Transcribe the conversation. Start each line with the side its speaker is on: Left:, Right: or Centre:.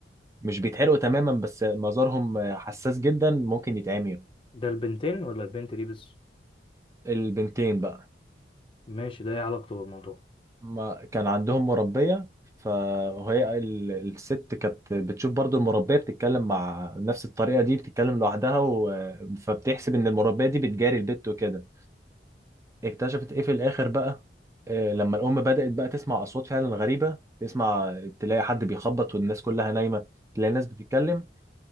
Right: مش بيتحرقوا تماما بس مظهرهم حساس جدا ممكن يتعميوا
Left: ده البنتين ولا البنت دي بس
Right: البنتين بقى
Left: ماشي ده ايه علاقته بالموضوع
Right: ما كان عندهم مربيه فهي ال- الست كانت بتشوف برضو المربيه بتتكلم مع نفس الطريقه دي بتتكلم لوحدها و... فبتحسب ان المربيه دي بتجاري البت وكده اكتشفت ايه في الاخر بقى آه، لما الام بدأت بقى تسمع اصوات فعلا غريبة تسمع تلاقي حد بيخبط والناس كلها نايمة تلاقي ناس بتتكلم